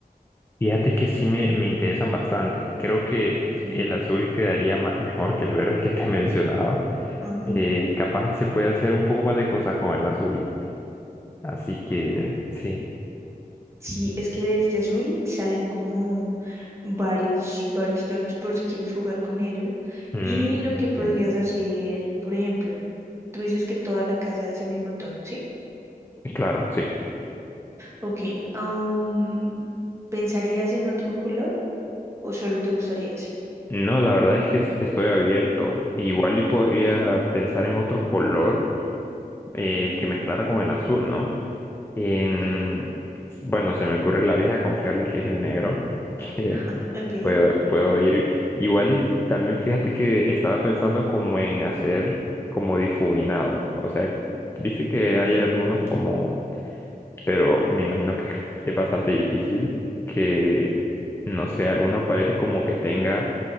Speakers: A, on the left; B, on the right.
A: Fíjate que sí me, me interesan bastante. Creo que
B: ¿ok?
A: el azul quedaría ma- mejor que el verde que te <laughs> mencionaba.
B: Ajá.
A: Eh, capaz y se puede hacer un poco más de cosas con el azul. Así que sí.
B: Sí, es que de este azul salen como varios, varios tonos por si quieres jugar con ello.
A: Mm,
B: Y lo
A: entiendo.
B: que podrías hacer, por ejemplo, tú dices que toda la casa es ese mismo tono, ¿sí?
A: Claro, sí.
B: Ok, am, ¿pensarías en otro color o solo te gustaría ese?
A: No, la verdad es que es- estoy abierto. Igual y podría
B: Ok,
A: pensar en otro color eh,
B: ujú,
A: que mezclara con el azul, ¿no? En-
B: ujú,
A: Bueno, se me ocurre la vieja confiable que es el negro, <laughs> que
B: <laughs> ok,
A: puedo, puedo ir. Igual y también fíjate que estaba pensando como en hacer como difuminado. O sea, viste que
B: mm,
A: hay algunos como, pero me imagino que es es bastante difícil que, no sé, alguna pared como que tenga